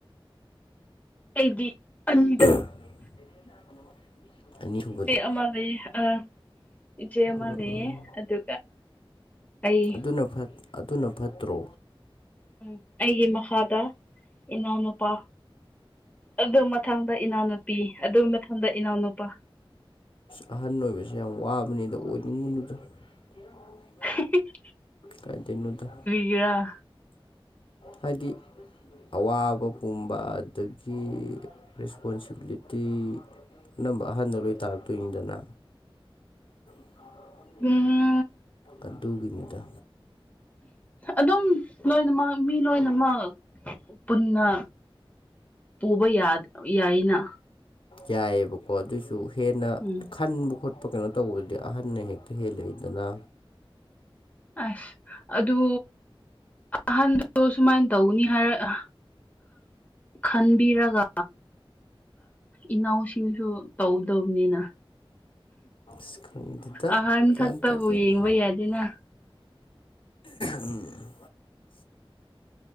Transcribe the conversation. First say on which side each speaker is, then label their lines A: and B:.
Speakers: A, on the left (about 15°); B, on the left (about 65°).
A: ꯑꯩꯗꯤ ꯑꯅꯤꯗ
B: <unintelligible> ꯑꯅꯤꯁꯨꯕꯗ
A: ꯏꯆꯦ ꯑꯃ ꯂꯩꯌꯦ ꯑ ꯏꯆꯦ ꯑꯃ
B: ꯎꯝ
A: ꯂꯩꯌꯦ ꯑꯗꯨ ꯑꯩ
B: ꯑꯗꯨꯅ ꯑꯗꯨꯅ ꯐꯠꯇ꯭ꯔꯣ
A: ꯎꯝ ꯑꯩꯒꯤ ꯃꯈꯥꯗ ꯏꯅꯥꯎꯅꯨꯄꯥ ꯑꯗꯨ ꯃꯊꯪꯗ ꯏꯅꯥꯎꯅꯨꯄꯤ ꯑꯗꯨ ꯃꯊꯗ ꯏꯅꯥꯎꯅꯨꯄꯥ
B: ꯎ <inaudible> ꯑꯍꯟ ꯑꯣꯏꯕꯁꯦ ꯌꯥꯝ ꯋꯥꯕꯅꯤ ꯑꯗ ꯑꯣꯏꯅꯤꯡꯉꯨꯅꯨꯗ ꯀ
A: <inaudible>
B: ꯁꯤ <inaudible> ꯀꯥꯏꯗꯩꯅꯣꯗ
A: ꯏꯔꯥ
B: ꯍꯥꯏꯗꯤ ꯑꯋꯥꯕ ꯄꯨꯝꯕ ꯑꯗꯒꯤ ꯔꯦꯁꯄꯣꯟꯁꯤꯕꯤꯂꯤꯇꯤ ꯑꯅꯝꯕ ꯑꯍꯥꯟꯕ ꯂꯣꯏ ꯇꯥꯔꯛꯇꯣꯏꯅꯤꯗꯅ ꯑ <inaudible>
A: ꯎꯝ
B: ꯑꯗꯨꯒꯤꯅꯤꯗ
A: ꯑꯗꯨꯝ ꯂꯣꯏꯅꯃꯛ ꯃꯤ ꯂꯣꯏꯅꯃꯛ ꯄꯨꯟꯅ ꯄꯨꯕ ꯌꯥ ꯌꯥꯏꯅ
B: ꯌꯥꯏꯌꯦꯕꯀꯣ ꯑꯗꯨꯁꯨ ꯍꯦꯟꯅ
A: ꯎꯝ
B: ꯈꯟꯕ ꯈꯣꯠꯄ ꯀꯩꯅꯣ ꯇꯧꯕꯗꯗꯤ ꯑꯍꯟꯅ ꯍꯦꯛꯇ ꯍꯦꯜꯂꯛꯏꯗꯅ
A: ꯑꯁ ꯑꯗꯨ ꯑꯍꯥꯟꯕꯗꯣ ꯁꯨꯃꯥꯏꯅ ꯇꯧꯅꯤ ꯍꯥꯏꯔ ꯈꯟꯕꯤꯔꯒ ꯏꯅꯥꯎꯁꯤꯡꯁꯨ ꯇꯧꯗꯕꯅꯤꯅ
B: ꯁꯤꯀꯅꯤ <inaudible> ꯗꯥ
A: ꯑꯍꯟ
B: ꯀꯦꯟ
A: ꯈꯛꯇꯕꯨ
B: ꯇꯥꯖꯅ
A: ꯌꯦꯡꯕ ꯌꯥꯗꯦꯅ
B: ꯎꯝ <inaudible>